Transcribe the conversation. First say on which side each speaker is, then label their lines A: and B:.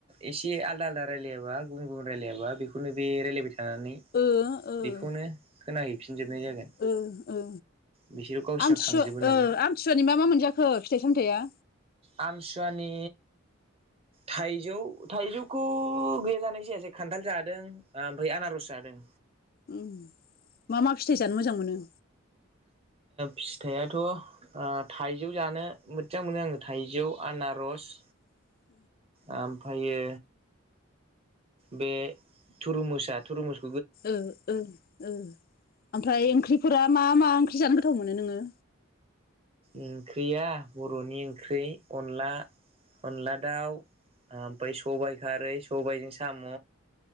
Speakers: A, on the right (about 30°); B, on the left (about 45°).
A: एसे आलदा आलदा रायलाय राया गुबुन रायलायाबा बेखौनो बे रायलायबाय थायो। थानानै
B: ओ ओ
A: बेखौनो खोनाहैफिनजोबनाय
B: ओ
A: जागोन।
B: ओ
A: बिसोरो गावसिनाव
B: आमथिसुवा
A: थांजोबो नालाय
B: आमथिसुवानि मा मा मोनजाखो फिथाइ सामथायाइया?
A: आमसुवानि थाइजौ थाइजौखौ गैया जानाय जायासै खान्थाल जादों ओमफ्राय आनारस जादों।
B: उ मा मा फिथायाइ जानो मोजां मोनो?
A: फिथाइाथ' थाइजौ जानो मोजां मोनो आङो थाइजौ आनारस
B: <inaudible>
A: ओमफ्रायो बे थुरु मोसा थुरुमोस
B: ओ ओओमफ्राय ओंख्रि फोरा मा मा ओंख्रि जानो गोथाव मोनो नोंङो?
A: ओंख्रिया बर'नि ओंख्रि अनला अनला दाउ ओमफ्राय सबाइ खारै सबायजों साम'।